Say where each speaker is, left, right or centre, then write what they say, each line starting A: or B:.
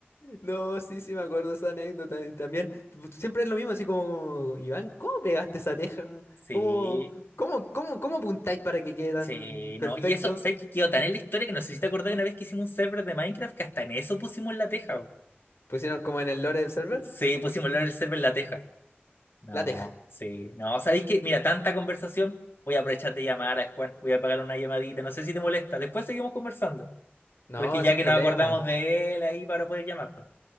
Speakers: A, on the left; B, on the left.
A: No, sí, sí, me acuerdo esa anécdota. Y también, tú- siempre es lo mismo, así como, como, Iván, ¿cómo pegaste esa teja?
B: Sí,
A: ¿Cómo, cómo, cómo, cómo apuntáis para que quede tan
B: sí,
A: perfecto?
B: no. Y eso, sé que quedó tan en la historia que no sé si te acordás de una vez que hicimos un server de Minecraft que hasta en eso pusimos la teja.
A: Pusieron como en el lore del server,
B: Sí, pusimos el server en la teja. No,
A: la teja.
B: sí, no, ¿sabéis que, Mira, tanta conversación, voy a aprovechar de llamar a Juan, voy a pagar una llamadita, no sé si te molesta, después seguimos conversando,
A: No,
B: porque ya
A: sin problema.
B: que nos acordamos de él ahí para poder llamarlo.